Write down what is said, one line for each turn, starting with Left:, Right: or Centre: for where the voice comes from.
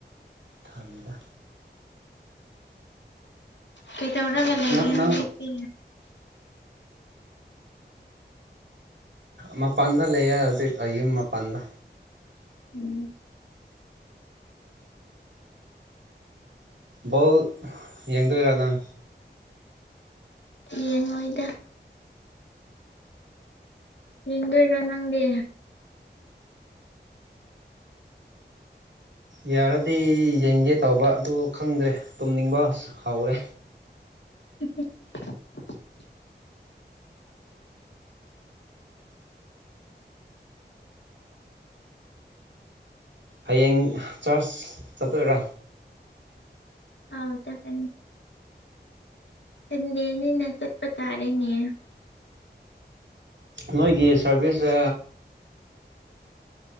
Right: ꯊꯟꯗ
Left: ꯀꯩꯗ ꯑꯣꯒ ꯂꯒ
Right: ꯅꯪ ꯅꯪ
Left: ꯍꯧꯖꯤ ꯀ
Right: ꯃꯄꯥꯟꯗ ꯂꯩꯑ ꯍꯧꯖꯤꯛ ꯑꯩꯌꯨꯝ ꯃꯄꯥꯟꯗ
Left: ꯎꯝ
Right: ꯕꯣꯜ ꯌꯦꯡꯗꯣꯏꯔꯥ ꯅꯪ
Left: ꯌꯦꯡꯉꯣꯏꯗ ꯌꯦꯗꯣ ꯏꯔꯣ ꯅꯪꯗꯤ
Right: ꯌꯥꯔꯗꯤ ꯌꯦꯡꯒꯦ ꯇꯧꯕ ꯑꯗꯨ ꯈꯪꯗ꯭ꯔꯦ ꯇꯨꯝꯅꯤꯡꯕ ꯍꯥꯎꯔꯦ
Left: <inaudible>
Right: ꯍꯌꯦꯡ ꯆꯥꯔꯖ ꯆꯥꯄꯔꯥ
Left: ꯑ ꯆꯀꯅꯤ ꯆꯗꯅꯤ ꯅꯀꯗ ꯇꯥꯔꯦꯦ
Right: ꯅꯣꯏꯒꯤ ꯁꯥꯔꯚꯤꯁꯁꯦ